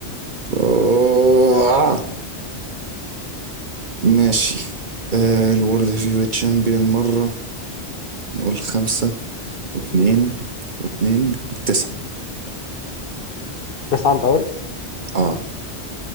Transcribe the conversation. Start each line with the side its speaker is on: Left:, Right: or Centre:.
Right: آه. ماشي آه الورد هيفي ويت تشامبيون مرة نقول خمسة واتنين
Left: <laughs>
Right: واتنين تسعة
Left: تسعه انت قلت
Right: اه